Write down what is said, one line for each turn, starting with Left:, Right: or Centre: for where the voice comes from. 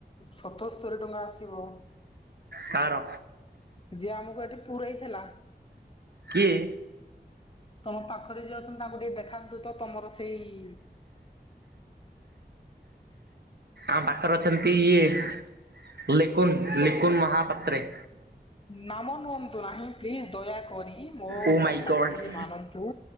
Left: ସତସ୍ତରୀ ଟଙ୍କା ଆସିବ।
Right: କାର?
Left: ଯିଏ ଆମକୁ ଏଠି ପୁରେଇଥେଲା।
Right: କିଏ?
Left: ତମ ପାଖରେ ଯିଏ ଅଛନ୍ତି ତାଙ୍କୁ ଟିକେ ଦେଖାନ୍ତୁ ତ ତମର ସେଇ
Right: ଆମ ପାଖରେ ଅଛନ୍ତି କିଏ? ଲିକୁନ ଲିକୁନ ମହାପାତ୍ରେ।
Left: ନାମ ନୁଅନ୍ତୁ ନାହିଁ ପ୍ଲିଜ୍ ଦୟାକରି ମୋ
Right: ଓ
Left: କଥାଟି
Right: ମାଇ ଗଡସ୍।
Left: ଟିକେ ମାନନ୍ ତୁ